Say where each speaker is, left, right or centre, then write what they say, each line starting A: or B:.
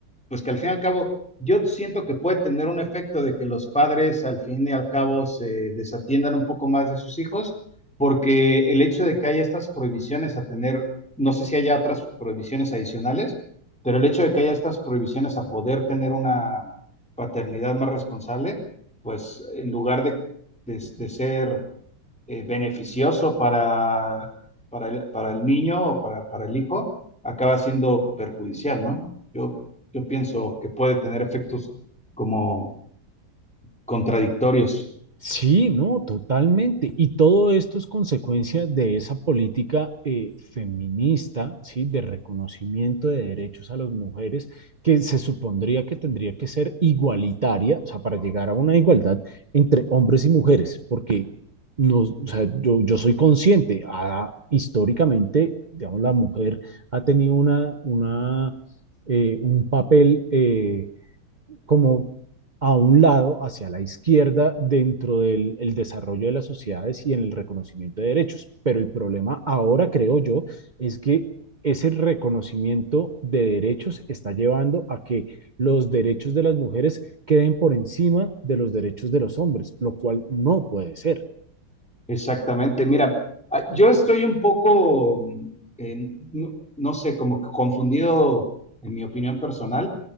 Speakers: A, in the centre; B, on the right.
A: pues que al fin y al cabo, yo siento que puede tener un efecto de que los padres al fin y al cabo se desatiendan un poco más de sus hijos, porque el hecho de que haya estas prohibiciones a tener, no sé si haya otras prohibiciones adicionales, pero el hecho de que haya estas prohibiciones a poder tener una paternidad más responsable pues en lugar de, de- de ser eh, beneficioso para, para, el, para el niño o para, para el hijo, acaba siendo perjudicial, ¿no? Yo, yo pienso que puede tener efectos como contradictorios.
B: Sí, no, totalmente. Y todo esto es consecuencia de esa política eh, feminista, ¿sí? De reconocimiento de derechos a las mujeres, que se supondría que tendría que ser igualitaria, o sea, para llegar a una igualdad entre hombres y mujeres, porque nos, o sea, yo, yo soy consciente, ah, históricamente, digamos, la mujer ha tenido una, una, eh, un papel... eh, como a un lado, hacia la izquierda, dentro del el desarrollo de las sociedades y en el reconocimiento de derechos. Pero el problema ahora, creo yo, es que ese reconocimiento de derechos está llevando a que los derechos de las mujeres queden por encima de los derechos de los hombres, lo cual no puede ser.
A: Exactamente. Mira, ah, yo estoy un poco, mm, en- no, no sé, como que confundido en mi opinión personal,